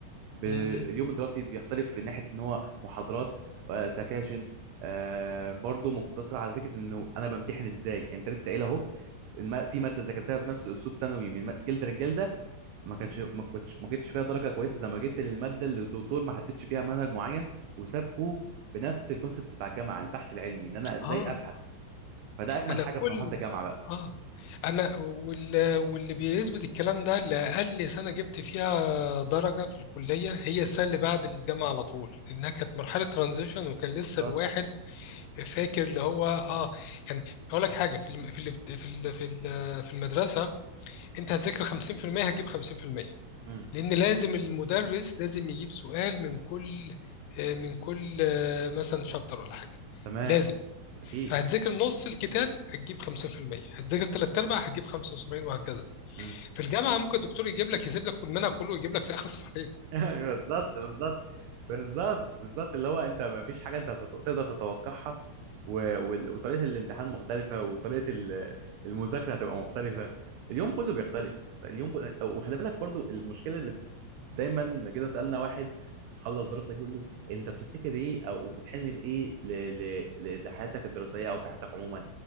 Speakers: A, on the right (about 85°); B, on the left (about 85°).
A: ب...
B: م- م.
A: اليوم الدراسي بيختلف في ناحيه ان هو محاضرات آه، سكاشن آه برضو مقتصر على فكره انه انا بمتحن ازاي يعني انت لسه قايل اهو الم... في ماده ذاكرتها بنفس اسلوب ثانوي من م- جلد للجلده ما كانتش ما كنتش ما جبتش فيها درجه كويسه زي ما جبت للماده اللي الدكتور ما حددش فيها منهج معين وسابكوا بنفس الكونسبت بتاع الجامعه البحث العلمي ان انا ازاي
B: آه
A: ابحث فده اجمل
B: انا
A: حاجه
B: كل
A: في مرحله الجامعه بقى
B: اه انا وال... واللي بيثبت الكلام ده اللي اقل سنه جبت فيها درجه في الكليه هي السنه اللي بعد الجامعه على طول لانها كانت مرحله ترانزيشن وكان لسه
A: بالظبط
B: الواحد فاكر اللي هو اه يعني اقول لك حاجه في الم... في ال... في ال... في ال... في المدرسه انت هتذاكر 50% هتجيب 50%
A: مم.
B: لان لازم المدرس لازم يجيب سؤال من كل آه، من كل آه، مثلا شابتر ولا حاجه
A: تمام
B: لازم
A: اكيد
B: فهتذاكر نص الكتاب هتجيب 50% هتذاكر ثلاث ارباع هتجيب 75 وهكذا
A: مم.
B: في الجامعه ممكن الدكتور يجيب لك يسيب لك كل المنهج كله ويجيب لك في اخر صفحتين
A: <laughs> بالظبط بالظبط بالظبط بالظبط اللي هو انت ما فيش حاجه انت تت- تقدر تتوقعها و- وال- وطريقه الامتحان مختلفه وطريقه ال- المذاكره هتبقى مختلفه اليوم كله بيختلف انت اليوم كله وخلي بالك برضو المشكله بس دايما كده سالنا واحد خلص دراسه يقول له انت بتفتكر ايه او بتحن لايه ل- ل- ل- لحياتك الدراسيه او في حياتك عموما